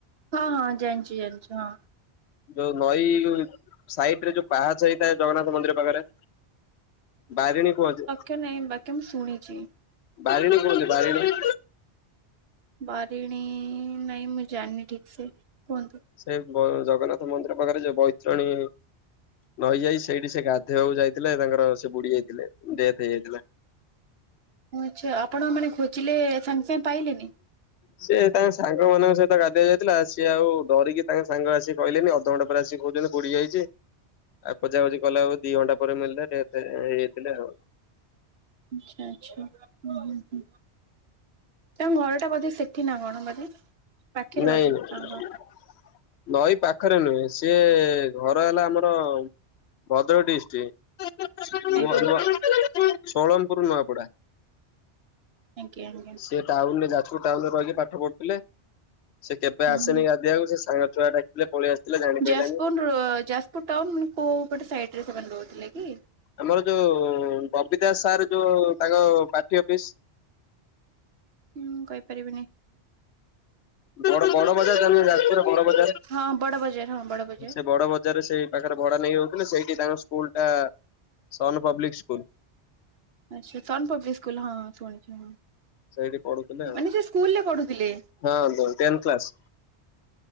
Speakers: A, on the right; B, on the left.
A: ହଁ ହଁ ଜାଣିଚି ଜାଣିଚି ହଁ।
B: ଯୋଉ ନଈ ସାଇଟ୍ ରେ ଯୋଉ ପାହାଚ ହେଇଥାଏ ଜଗନ୍ନାଥ ମନ୍ଦିର ପାଖେରେ ବାରିଣୀ କୁହନ୍ତି।
A: <unintelligible> ନାଇଁ ବାକି ମୁଁ ଶୁଣିଚି।
B: ବାରିଣୀ କୁହନ୍ତି ବାରିଣୀ।
A: ବାରିଣୀ ନାଇଁ ମୁଁ ଜାଣିନି ଠିକ ସେ କୁହନ୍ତୁ।
B: ସେଇ ବ ଜଗନ୍ନାଥ ମନ୍ଦିର ପାଖେରେ ଯୋଉ ବୈତରଣୀ। ନଈ ଯାଇଛି ସେଇଠି ସିଏ ଗାଧୋଇବାକୁ ଯାଇଥିଲେ ତାଙ୍କର ସେ ବୁଡ଼ି ଯାଇଥିଲେ ଡେଥ ହେଇଯାଇଥିଲା। <inaudible>
A: ଓ ଆଚ୍ଛା ଆପଣ ମାନେ ଖୋଜିଲେ ସାଙ୍ଗେ ସାଙ୍ଗେ ପାଇଲେନି।
B: ସିଏ ତାଙ୍କ ସାଙ୍ଗ ମାନଙ୍କ ସହିତ ଗାଧେଇ ଯାଇଥିଲା ସିଏ ଆଉ ଡରିକି ତାଙ୍କେ ସାଙ୍ଗ ଆସିକି କହିଲେନି ଅଧ ଘଣ୍ଟେ ପରେ ଆସି କୋହୁଚନ୍ତି ବୁଡି ଯାଇଚି। ଆଉ ଖୋଜା ଖୋଜି କଲେ <unintelligible> ଦି ଘଣ୍ଟା ପରେ ମିଳିଲେ ଡେଥ ହେଇଥିଲେ ଆଉ।
A: ଆଚ୍ଛା ଆଚ୍ଛା ହୁଁ ହୁଁ ହୁଁ। ତାଙ୍କ ଘର ଟା ବୋଧେ ସେଠି ନା କଣ ବୋଧେ? ପାଖରେ
B: ନାଇଁ
A: ବୋଧେ ତାଙ୍କ
B: ନାଇଁ।
A: ଘର
B: ନଈ ପାଖରେ ନୁହେଁ ସିଏ ଘର ହେଲା ଆମର ଭଦ୍ରକ ଡିଷ୍ଟ। <unintelligible>
A: ଆଜ୍ଞା
B: ଷୋଳନପୁର ନୂଆପଡ଼ା।
A: ଆଜ୍ଞା ଆଜ୍ଞା।
B: ସେ ଟାଉନ ରେ ଯାଜପୁର ଟାଉନ ରେ ରହିକି ପାଠ ପଢୁଥିଲେ ସେ କେବେ
A: ହୁଁ
B: ଆସେନି
A: ହୁଁ।
B: ଗାଧୋଇବାକୁ ସେ ସାଙ୍ଗ ଛୁଆ ଡାକିଥିଲେ ପଳେଇ ଆସିଥିଲା ଜାଣି ପାରିଲାନି।
A: ଯାଜପୁର ଯାଜପୁର ଟାଉନ ମାନେ କୋଉ ପଟ ସାଇଡ ରେ ସେମାନେ ରହୁଥିଲେ କି?
B: ଆମର ଯୋଉ ବବି ଦାସ ସାର୍ ଯୋଉ ତାଙ୍କ ପାର୍ଟି ଅଫିସ
A: ହୁଁ କହିପାରିବିନି।
B: ବଡ ବଡ ବଜାର ଜାନ ଯାଜପୁର ର ବଡ ବଜାର
A: ହଁ ବଡ ବଜାର ହଁ ବଡ ବଜାର।
B: ସେ ବଡ ବଜାରରେ ସେଇ ପାଖରେ ଭଡା ନେଇକି ରହୁଥିଲେ। ସେଇଠି ତାଙ୍କ ସ୍କୁଲ ଟା ସନ ପବ୍ଲିକ ସ୍କୁଲ।
A: ଆଛା ସନ ପବ୍ଲିକ ସ୍କୁଲ ହଁ ଶୁଣିଚି ହୁଁ
B: ସେଇଠି ପଢୁଥିଲେ ଆଉ
A: ମାନେ ଯୋଉ ସ୍କୁଲ ରେ ପଢୁଥିଲେ?
B: ହଁ ଦ ଟେନ୍ଥ କ୍ଲାସ୍।